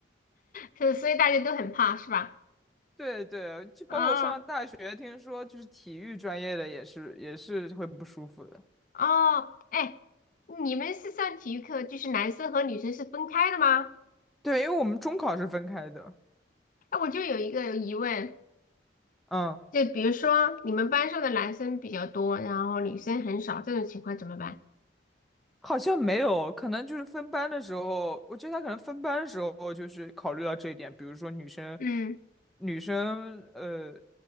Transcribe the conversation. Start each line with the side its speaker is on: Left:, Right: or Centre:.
Left: 所以所以大家都很怕是吧？
Centre: 对对，就包括我上大学，
Left: 啊
Centre: 听说就是体育专业的也是也是会不舒服的。
Left: 哦，哎，你们是上体育课，就是男生和女生是分开的吗？
Centre: 对，因为我们中考是分开的，
Left: 哎，我就有一个疑问。
Centre: 嗯。
Left: 就比如说，你们班上的男生比较多，然后女生很少，这种情况怎么办？
Centre: 好像没有，可能就是分班的时候，我觉得他可能分班的时候就是考虑到这一点，比如说女生，
Left: 嗯，
Centre: 女生呃